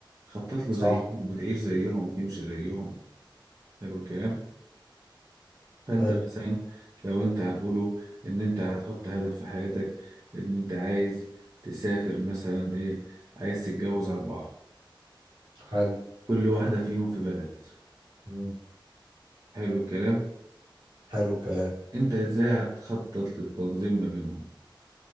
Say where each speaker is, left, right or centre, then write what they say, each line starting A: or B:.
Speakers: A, on the right; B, on the right.
A: تخطط له
B: صح
A: زيهم وتعيش زيهم وتمشي زيهم حلو الكلام فانت
B: حلو
A: مثلا لو انت هنقوله ان انت هتحط هدف في حياتك ان انت عايز تسافر مثلا ايه عايز تتجوز اربعة
B: حلو
A: كل واحدة فيهم في بلد
B: مم.
A: حلو الكلام
B: حلو الكلام
A: انت ازاي هتخطط للتنظيم ما بينهم